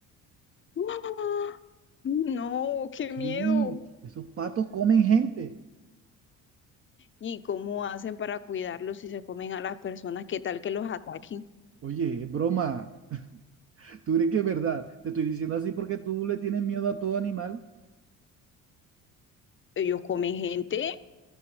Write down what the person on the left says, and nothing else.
¡Ah! no, qué
miedo.
¿Y cómo hacen para cuidarlos si se comen a las personas? ¿Qué tal que los ataquen?
Ellos comen gente.